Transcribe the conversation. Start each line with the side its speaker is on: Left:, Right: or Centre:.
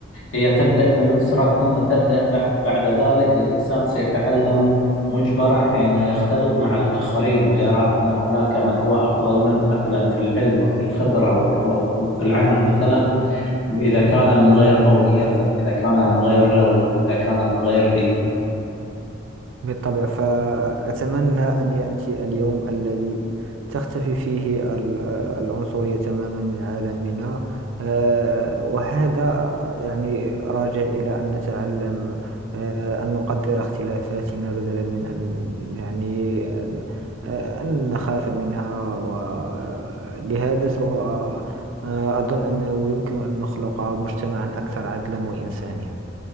Left: هي تبدأ من الأسرة ثم تبدأ بع- بعد ذلك الإنسان سيتعلم مجبرا حين يختلط مع الآخرين ويرى أن هناك من هو أفضل منه مثلا في العلم وفي الخبرة وك- وفي العمل مثلا إذا كان من غير قوميته إذا كان من غير لونه إذا كان من غير دينه
Right: بالطبع فأتمنى أن يأتي اليوم الذي تختفي فيه ال- العنصرية تماما من عالمنا آه، وهذا يعني راجع إلى أن نتعلم آه، أن نقدر اختلافاتنا بدلا من أن يعني أن آه، أن نخاف منها ولهذا سوف آه، أظن أنه يمكن أن نخلق مجتمعا أكثر عدلا وإنسانية